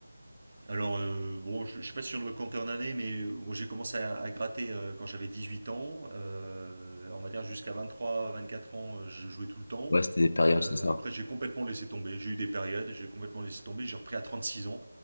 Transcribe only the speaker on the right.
Alors euh, bon, je, je sais pas si on doit compter en années, mais euh, bon, j'ai commencé à, à gratter euh, quand j'avais 18 ans. Euh, on va dire jusqu'à 23-24 ans, euh, je jouais tout le temps.
Euh,
après j'ai complètement laissé tomber. J'ai eu des périodes, j'ai complètement laissé tomber. J'ai repris à 36 ans.